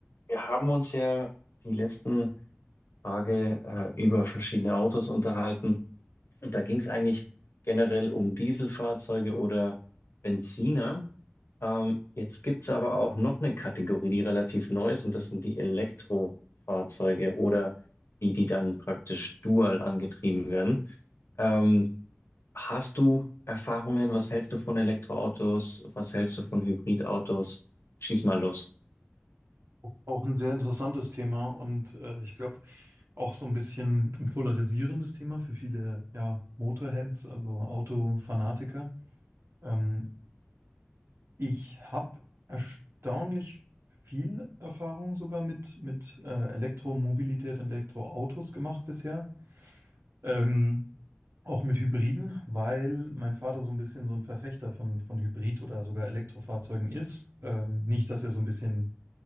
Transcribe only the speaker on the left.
wir haben uns ja die letzten Tage äh, über verschiedene Autos unterhalten und da ging es eigentlich generell um Dieselfahrzeuge oder Benziner. Ähm, jetzt gibt es aber auch noch eine Kategorie, die relativ neu ist, und das sind die Elektrofahrzeuge oder die, die dann praktisch dual angetrieben werden. Ähm, hast du Erfahrungen? Was hältst du von Elektroautos? Was hältst du von Hybridautos? Schieß mal los.